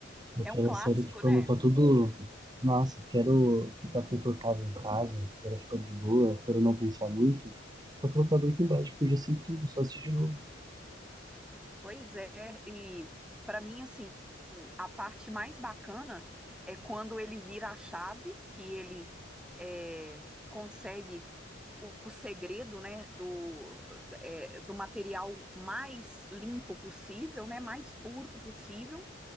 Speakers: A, on the right; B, in the centre.
A: Aquela
B: É um clássico,
A: série que quando
B: né?
A: tá tudo, nossa, quero ficar confortável em casa, quero ficar de boa, quero não pensar muito. Só colocar Breaking Bad, porque eu já sei tudo, só assistir de novo.
B: Pois é, e para mim, assim, a parte mais bacana é quando ele vira a chave, que ele é, consegue o, o segredo, né, do, é, do material mais limpo possível, né, mais puro possível.